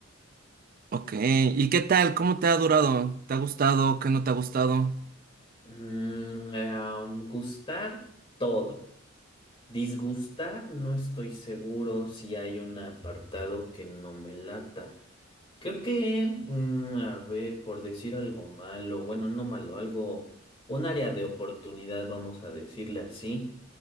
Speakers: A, on the right; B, on the left.
A: Ok, ¿y qué tal? ¿Cómo te ha durado? ¿Te ha gustado? ¿Qué no te ha gustado?
B: Mm, em, gustar todo. Disgustar, no estoy seguro si hay un apartado que no me lata. Creo que, mm, a ver, por decir algo malo, bueno, no malo, algo, un área de oportunidad, vamos a decirle así.